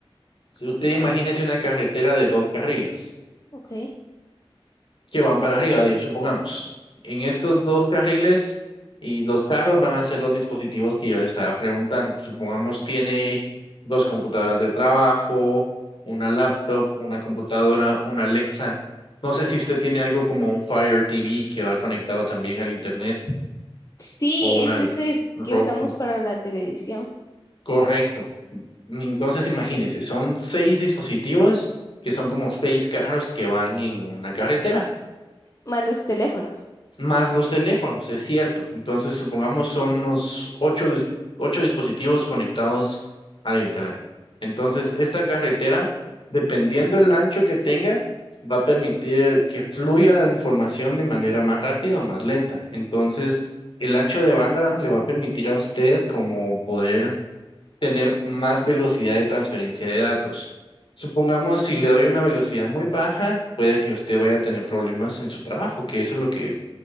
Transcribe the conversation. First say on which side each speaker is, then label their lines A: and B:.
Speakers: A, on the left; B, on the left.
A: Si
B: Ajá,
A: usted imagínese una carretera de dos carriles.
B: ok.
A: que van para arriba, digo, supongamos. En estos dos carriles y los carros van a ser los dispositivos que yo le estaba preguntando. Supongamos tiene dos computadoras del trabajo, una laptop, una computadora, una Alexa. No sé si usted tiene algo como un Fire TV que va conectado también al internet
B: Sí,
A: o una
B: es
A: L-
B: ese
A: Roku.
B: que usamos para la televisión,
A: Correcto. Entonces imagínense, son seis dispositivos que son como seis carros que van en una carretera.
B: más los teléfonos.
A: más los teléfonos, es cierto. Entonces, supongamos son unos ocho, dis- ocho dispositivos conectados al Internet. Entonces, esta carretera, dependiendo del ancho que tenga, va a permitir que fluya la información de manera más rápida o más lenta. Entonces, el ancho de banda le va a permitir a usted como poder tener más velocidad de transferencia de datos. Supongamos, si le doy una velocidad muy baja, puede que usted vaya a tener problemas en su trabajo, que eso es lo que